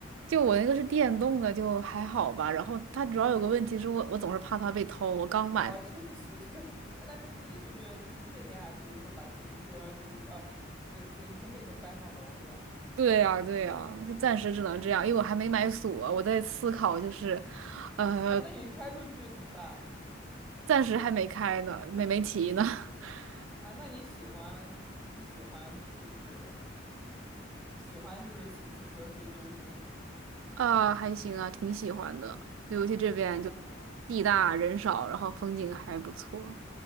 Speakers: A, on the right; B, in the centre.
A: 就我那个是电动的，就还好吧。然后它主要有个问题是我，我总是怕它被偷。我刚买的，
B: 啊，确实确实，那那你就是就是你每天还比如说把自行车就是啊对，自行车每天搬上楼这样吗？
A: 对呀，对呀，就暂时只能这样，因为我还没买锁，我在思考，就是，呃，
B: 啊，那你开出去怎么办？
A: 暂时还没开呢，没没骑呢。<laughs>
B: 啊，那你喜欢你喜欢就是喜欢就是骑自行车出去兜风吗？
A: 啊，还行啊，挺喜欢的，尤其这边就
B: 啊，
A: 地大人少，然后风景还不错。